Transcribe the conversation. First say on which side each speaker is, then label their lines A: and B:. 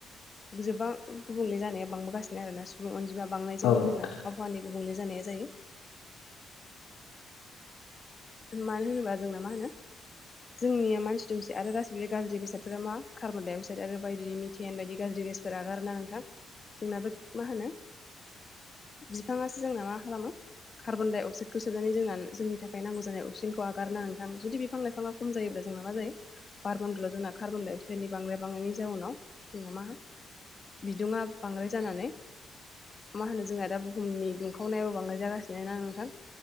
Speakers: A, on the left; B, on the left.
A: गोबां गुबुंले जानाया बांबोगासिनो आरोना सुबुं अनजिमा बांनायजोंबो
B: औ नोंथां औ नोंथां
A: जोंना आबहावानि गुब गुबुंले जानाया जायो मानो होनोबा जोंना मा होनो जोंनिया मानसि दुमसे आरो गासिबो गाज्रि बेसादफोरा मा कार्बन डाइ अक्साइड आरो बायदि मिथेन बायदि गाज्रि फोरा गारनां नोंथां जोंनाबो मा होनो बिफाङासो जोंना मा खालामो कार्बन दडाइ अक्साइदखौ सोबनानै जोंना जोंनि थाखाय नांग गौ जानाय अक्सिजेनखौ आगारना नोंथां जुदि बिफां लाइफाङा खम जायोब्ला जों मा जायो बारमनदलाव जोंना कार्बन डाइ अक्साइडनि बांराय बांनायनि जाउनाव जोंना मा बिदुङा बांद्राय जानानै। मा होनो जोंनिया दा बुहुमनि दुंखावनायाव बांद्राय जागासिनो ना नोंथां।